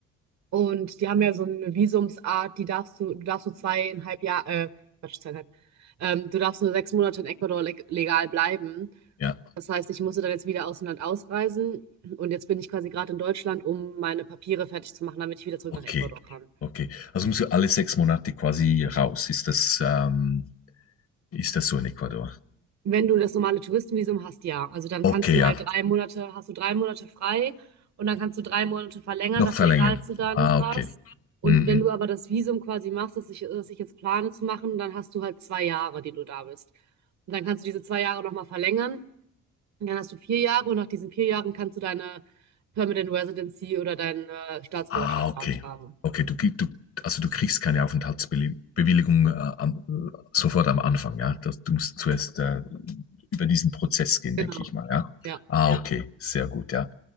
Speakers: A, on the right (about 65°); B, on the left (about 50°).
A: und die haben ja so eine Visumsart, die darfst du, du darfst nur zweieinhalb Jahre, äh, Quatsch, zweieinhalb, ähm, du darfst nur sechs Monate in Ecuador leg legal bleiben.
B: ja,
A: Das heißt, ich musste dann jetzt wieder aus dem Land ausreisen und jetzt bin ich quasi gerade in Deutschland, um meine Papiere fertig zu machen, damit ich wieder zurück
B: okay.
A: nach Ecuador kann.
B: Okay, also musst du alle sechs Monate quasi raus. Ist das, ähm, ist das so in Ecuador?
A: Wenn du das normale Touristenvisum hast, ja. Also dann
B: Okay,
A: kannst du
B: ja.
A: halt drei Monate, hast du drei Monate frei und dann kannst du drei Monate verlängern,
B: Noch
A: dafür
B: verlängern.
A: zahlst du dann
B: Ah,
A: was.
B: okay.
A: Und
B: Mhm.
A: wenn du aber das Visum quasi machst, das ich, das ich jetzt plane zu machen, dann hast du halt zwei Jahre, die du da bist. Und dann kannst du diese zwei Jahre nochmal verlängern. Und dann hast du vier Jahre und nach diesen vier Jahren kannst du deine Permanent Residency oder deine Staatsbürgerschaft
B: Ah, okay.
A: beantragen.
B: Okay, du, krieg- du, also du kriegst keine Aufenthaltsbewilligung äh, am, äh, sofort am Anfang, ja. Das, du musst zuerst äh, über diesen Prozess gehen,
A: Genau.
B: denke ich mal, ja.
A: Ja,
B: Ah, Ja. okay, sehr gut, ja.